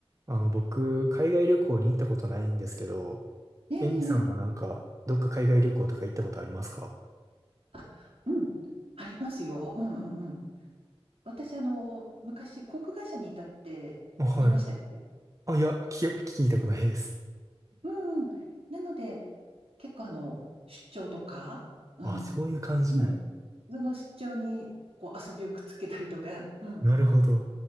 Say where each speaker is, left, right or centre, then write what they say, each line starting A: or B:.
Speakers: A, on the right; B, on the right.
A: あの、僕、海外旅行に行ったことないんですけど、
B: ええええ
A: エミさんはなんか、どっか海外旅行とか行ったことありますか
B: あ、うん、ありますよ。うんうんうん。私、あの、昔、航空会社にいたって言いましたっけ
A: あはい。あ、いや、聞き、聞いたことないです。
B: うんうん。なので、結構、あの、出張とか、うん、
A: あ、そういう感じない。
B: うん。その出張に、こう、遊びをくっつけたりとか、うん。
A: なるほど。
B: はい